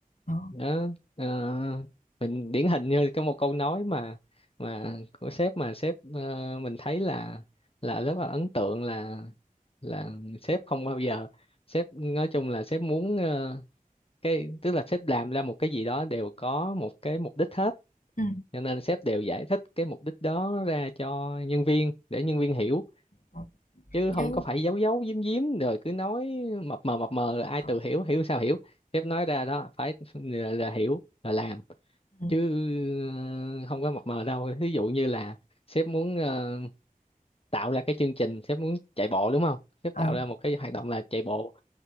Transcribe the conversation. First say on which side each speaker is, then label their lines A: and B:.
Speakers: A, on the left; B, on the left.
A: ờ
B: đó Ờ, mình điển hình như có một câu nói mà mà của sếp mà sếp à, mình thấy là là rất là ấn tượng là là sếp không bao giờ sếp nói chung là sếp muốn ờ, cái tức là sếp làm ra một cái gì đó đều có một cái mục đích hết
A: ừ
B: cho nên sếp đều giải thích cái mục đích đó ra cho nhân viên để nhân viên hiểu
A: ờ,
B: chứ không
A: chứ
B: có phải giấu giấu giếm giếm rồi cứ nói mập mờ mập mờ rồi ai
A: ờ
B: tự hiểu hiểu sao hiểu sếp nói ra đó phải là, là hiểu là làm
A: ừ,
B: chứ ờ, không có mập mờ đâu ví dụ như là sếp muốn ờ, tạo ra cái chương trình sếp muốn chạy bộ đúng không sếp
A: ờ
B: tạo ra một cái hoạt động là chạy bộ